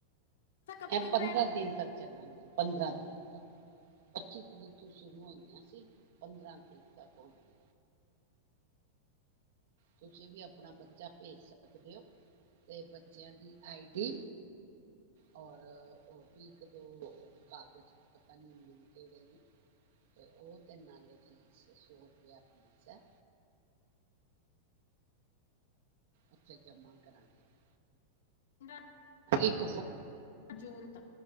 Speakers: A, on the left (about 85°); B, on the right (about 60°).
A: ਕਬ
B: ਐ
A: ਤਕ
B: ਪੰਦਰਾਂ
A: ਰਹਿਣ
B: ਦਿਨ ਤੱਕ ਚੱਲਣ ਗੀਆਂ ਪੰਦਰਾਂ ਤਰੀਕ ਤੱਕ ਪੱਚੀ ਤਰੀਕ ਤੋਂ ਸ਼ੁਰੂ ਹੋਈਆਂ ਸੀ ਪੰਦਰਾਂ ਤਰੀਕ ਤੱਕ ਹੋਈਆਂ। ਤੁਸੀਂ ਵੀ ਆਪਣਾ ਬੱਚਾ ਭੇਜ ਸਕਦੇ ਹੋ ਤੇ ਬੱਚਿਆਂ ਦੀ ਆਈ ਡੀ ਔਰ ਹੋਰ ਵੀ ਇੱਕ ਦੋ ਕਾਗਜ਼ ਪਤਾ ਨੀ ਕਿਹੜੇ ਨੇ ਤੇ ਉਹ ਤੇ ਨਾਲੇ ਫੀਸ ਸੌ ਰੁਪਿਆ ਫ਼ੀਸ ਹੈ। ਇੱਥੇ ਜਮਾ ਕਰਵਾਓਣ।
A: <unintelligible>
B: ਇੱਕ
A: ਜੂਨ ਤੱਕ।